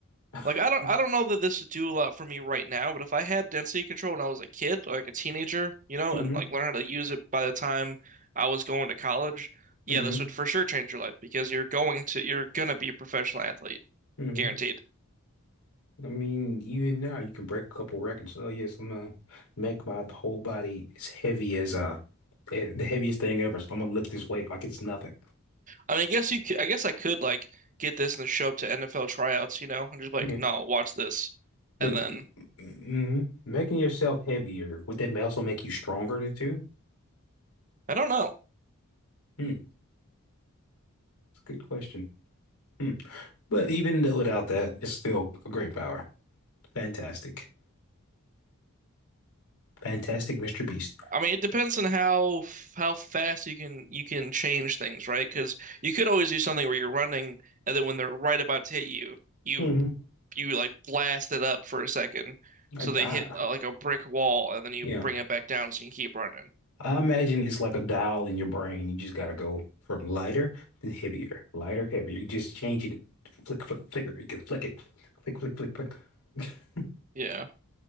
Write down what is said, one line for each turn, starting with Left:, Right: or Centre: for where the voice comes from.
Left: <laughs>
Right: Like I don't I don't know that this would do a lot for me right now, but if I had density control when I was a kid, like a teenager, you know,
Left: hmm
Right: and like learn how to use it by the time I was going to college, yeah,
Left: hmm
Right: this would for sure change your life because you're going to you're gonna be a professional athlete,
Left: hmm
Right: guaranteed.
Left: I mean, even now you can break a couple records. Oh yes, I'm gonna make my whole body as heavy as uh eh, the heaviest thing ever. So I'm gonna lift this weight like it's nothing.
Right: I mean, I guess you could, I guess I could like get this and show up to NFL tryouts, you know, and just be like,
Left: Yeah,
Right: no, watch this,
Left: like
Right: and then
Left: mm-hmm. Making yourself heavier would that also make you stronger than too?
Right: I don't know.
Left: Hmm, it's a good question. Hmm. But even though without that, it's still a great power. Fantastic, fantastic, Mr. Beast.
Right: I mean, it depends on how how fast you can you can change things, right? Because you could always do something where you're running, and then when they're right about to hit you, you
Left: hmm
Right: you like blast it up for a second, so
Left: I,
Right: they
Left: I
Right: hit uh, like a brick wall, and then you
Left: yeah.
Right: bring it back down so you can keep running.
Left: I imagine it's like a dial in your brain. You just gotta go from lighter to heavier, lighter, heavier. You just change it, flick, flick, flicker. You can flick it, flick, flick, flick, flick. <laughs>
Right: Yeah,